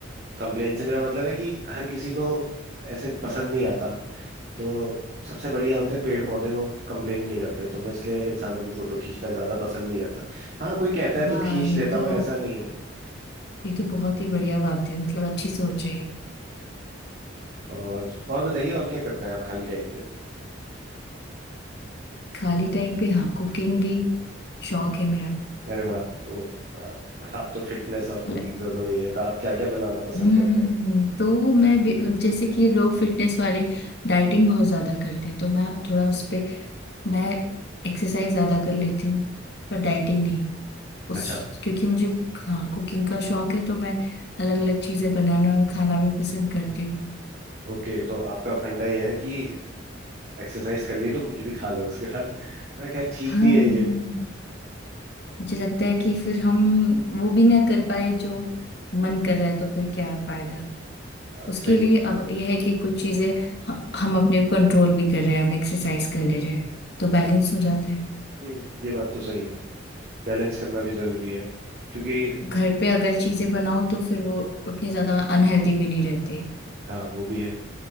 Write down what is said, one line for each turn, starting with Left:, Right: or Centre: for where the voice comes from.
Right: कंप्लेन से मेरा मतलब है कि हर किसी को ऐसे पसंद नहीं आता तो सबसे बढ़िया होते हैं पेड़ पौधे वो कंप्लेन नहीं करते तो मैं इसलिए इंसानों की फोटो खींचना ज्यादा पसंद नहीं करता हाँ कोई कहता है तो
Left: वाह
Right: खींच
Left: ये
Right: लेता
Left: तो
Right: हूँ ऐसा नहीं है
Left: ये तो बहुत ही बढ़िया बात है मतलब अच्छी सोच है ये।
Right: और और बताइए और क्या करते हैं आप खाली टाइम पे
Left: खाली टाइम पे हाँ कुकिंग भी शौक है मेरा
Right: अरे वाह तो आप आप तो फिटनेस और
Left: मतलब,
Right: कुकिंग दोनों में ही है तो आप क्या क्या बनाना पसंद
Left: हम्म
Right: करते हैं
Left: तो मैं भी- जैसे कि लोग फिटनेस वाले डाइटिंग बहुत ज्यादा करते हैं तो मैं थोड़ा उस पे मैं एक्सरसाइज ज्यादा कर लेती हूँ पर डाइटिंग नहीं उस
Right: अच्छा
Left: क्योंकि मुझे हाँ कुकिंग का शौक है तो मैं अलग अलग चीजें बनाना और खाना भी पसंद करती हूँ
Right: ओके तो आपका फंडा यह है कि एक्सरसाइज कर ली तो कुछ भी खा लो उसके साथ हाँ खैर ठीक
Left: हाँ
Right: भी है ये
Left: मुझे लगता है कि फिर हम वो भी ना कर पाए जो मन कर रहा है तो फिर क्या फायदा
Right: बात
Left: उसके
Right: सही
Left: लिए
Right: है
Left: अब यह है कि कुछ चीजें ह- हम अपने कंट्रोल भी कर रहे हैं हम एक्सरसाइज कर ले रहे हैं तो बैलेंस हो जाता है
Right: हम्म ये बात तो सही है बैलेंस करना भी जरूरी है क्योंकि
Left: घर पे अगर चीजें बनाओ तो फिर वो उतनी ज्यादा अनहेल्दी भी नहीं रहती
Right: हाँ वो भी है